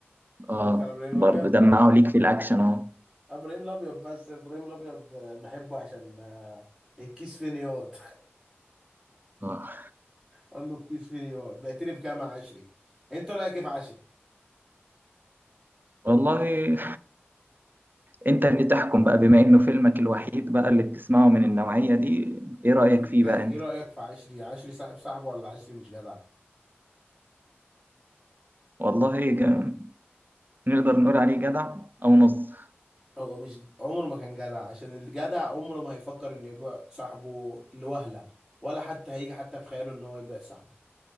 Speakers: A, in the centre; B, on the right (about 50°).
A: اتفرجت
B: اه
A: على ابراهيم
B: برضه
A: الابيض
B: دمعه ليك في الاكشن اهو
A: آه، ابراهيم الابيض بس ابراهيم الابيض آه، بحبه عشان آه، الكيس فين ياض.
B: اه
A: قال له الكيس فيه بعتني بكام يا عشري انت رايك ايه في عشري
B: والله انت اللي تحكم بقى بما انه فيلمك الوحيد بقى اللي بتسمعه من النوعية دي ايه رأيك
A: يعني انت
B: فيه
A: ايه
B: بقى انت
A: رايك في عشري عشري صاحب صاحبه ولا عشري مش جدع
B: والله ج- نقدر نقول عليه جدع او نص
A: هو مش عمره ما كان جدع عشان الجدع عمره ما هيفكر انه يبيع صاحبه لوهله ولا حتى هيجي حتى في خياله ان هو يبيع صاحبه